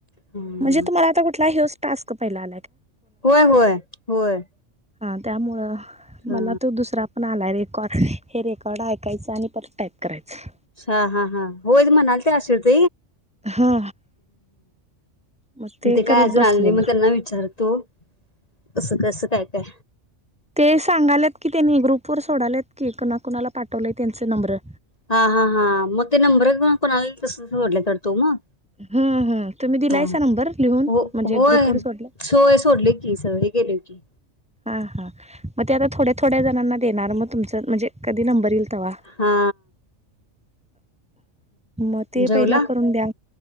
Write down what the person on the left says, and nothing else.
हम्म
होय होय होय
हा
हा हा हा होय म्हणालत्या ते आशार त
'काय
अजून
आले नाही मग त्यांना विचार तो असं कसं काय काय?
हा हा हा मग ते नंबर कोणला इल तस सोडल्यात वाढत ओ मग
हा
हो
होय
सोय सोडले की सगळे गेले की
हा
जेवला